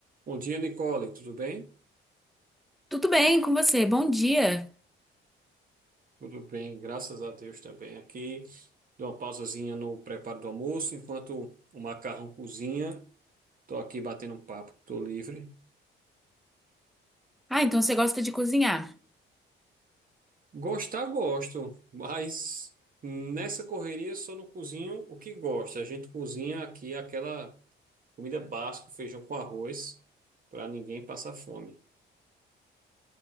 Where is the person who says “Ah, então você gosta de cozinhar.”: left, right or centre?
Centre